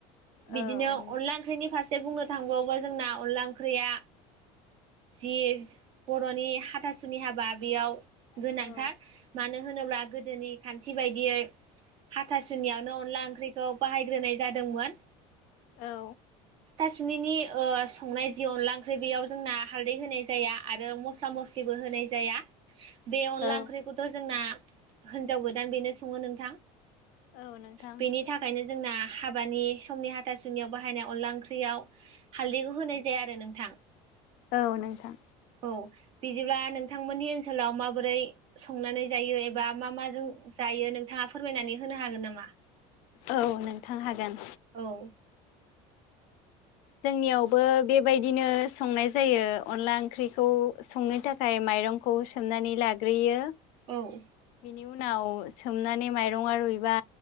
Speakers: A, on the left; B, on the right.
A: औ
B: बिदिनो अनला ओंख्रिनि फारसे बुंनो थांबावोबा जोंना अनला ओंख्रिया जि बर'नि हाथासुनि हाबा बेयाव
A: नोंथां
B: गोनांथार। मानो होनोब्ला गोदोनि खान्थि बायदियै हा थासुनियावनो अनला ओंख्रिखौ बाहायग्रोनाय जादोंमोन।
A: औ।
B: हाथासुनिनि ओ संनाय जि अनला ओंख्रि बेयाव जोंना हाल्दै होनाय जाया आरो मस्ला मस्लिबो होनाय नाय जाया। बे अनला
A: औ औ
B: ओंख्रिखौथ' जोंना होनजाव गोदान बेनो सङो नोंथां।
A: औ नोंथां।
B: बेनि थाखायनो जोंना हाबानि समनि हाथासुनियाव बाहायनाय अनला ओंख्रियाव हालदैखौ होनाय जाया आरो नोंथां।
A: औ नोंथां
B: औ। बिदिब्ला नोंथांमोननि ओनसोलाव माबोरै संनानै जायो एबा मा माजों जायो नों - थाङा फोरमायनानै होनो हागोन नामा?
A: औ नोंथां हागोन।
B: औ
A: जोंनियावबो बेबायदिनो संनाय जायो अनला ओंख्रिखौ संनो थाखाय माइ रंखौ सोमनानै लाग्रोयो।
B: औ।
A: बेनि उनाव सोमनानै माइरङा रुइबा